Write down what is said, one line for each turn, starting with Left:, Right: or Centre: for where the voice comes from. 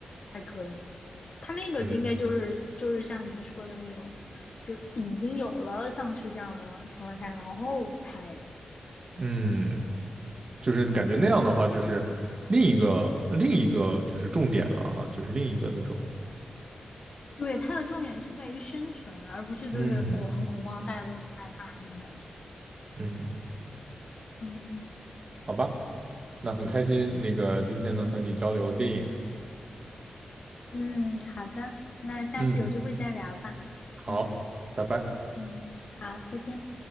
Left: 还可以。他那个应该就是就是像你说的那种，
Right: 嗯
Left: 就已经有了丧尸这样的情况下，然后拍的。
Right: 嗯，就是感觉那样的话，
Left: 嗯，
Right: 就是另一个另一个就是重点了哈，就是另一个那种，
Left: 对，它的重点是在于生存，而不是就是哦很恐慌，
Right: 嗯
Left: 大家都很害怕那种感觉。
Right: 嗯，
Left: 嗯。
Right: 好吧，那很开心，那个今天能和你交流电影，
Left: 嗯，好的，那下次有机会再聊吧。
Right: 嗯，好，
Left: 嗯
Right: 拜拜。
Left: 嗯，好，再见。